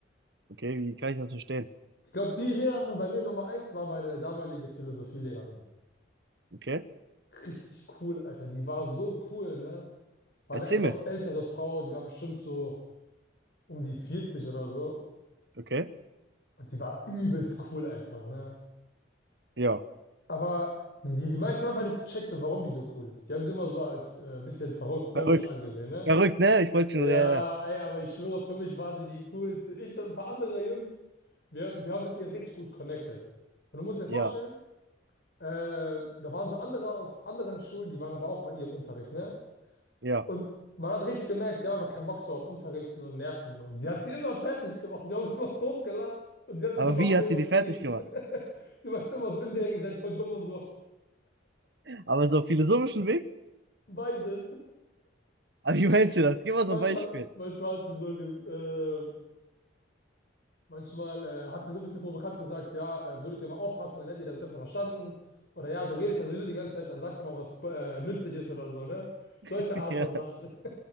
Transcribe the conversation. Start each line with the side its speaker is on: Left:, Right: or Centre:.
Right: Okay. Wie kann ich das verstehen?
Left: Ich glaube, die Lehrerin bei mir Nummer eins war meine damalige Philosophielehrerin.
Right: Okay.
Left: Richtig cool, Alter. Die war so cool, ne? War
Right: Erzähl
Left: eine etwas
Right: mir.
Left: ältere Frau, die war bestimmt so um die 40 oder so.
Right: Okay.
Left: Und die war übelst cool einfach, ne?
Right: Ja.
Left: Aber die, die meisten haben einfach nicht gecheckt, so, warum die so cool ist. Die haben sie immer so als äh, bisschen verrückt, komisch
Right: Verrückt.
Left: angesehen, ne?
Right: Verrückt, ne? Ich wollte schon.
Left: Ja,
Right: Ja, ja.
Left: ey, aber ich schwöre, für mich war sie die coolste. Ich und ein paar andere Jungs, wir, wir haben mit ihr richtig gut connected. Und du musst dir vorstellen,
Right: Ja.
Left: äh, da waren so andere aus anderen Schulen, die waren aber auch bei ihr im Unterricht, ne?
Right: Ja.
Left: Und man hat richtig gemerkt, die haben einfach keinen Bock so am Unterrichten und Nerven. Und sie hat sie immer fertig gemacht. Wir haben uns immer totgelacht und sie hat immer
Right: Aber
Left: noch
Right: wie
Left: mehr
Right: hat
Left: übertrieben.
Right: sie die fertig gemacht?
Left: <laughs> Sie meint immer so indirekt, ihr seid voll dumm und so.
Right: Aber so auf philosophischen Weg?
Left: Beides.
Right: Aber wie meinst du das? Gib mal
Left: Manchmal,
Right: so ein Beispiel.
Left: manchmal hat sie so ges äh, Manchmal äh, hat sie so ein bisschen provokant gesagt, ja, äh, würdet ihr mal aufpassen, dann hättet ihr das besser verstanden. Oder ja, du redest ja sowieso die ganze Zeit, dann sag doch mal was äh, Nützliches oder so, ne? Solche
Right: <laughs>
Left: Art
Right: Ja.
Left: von Sachen. <laughs>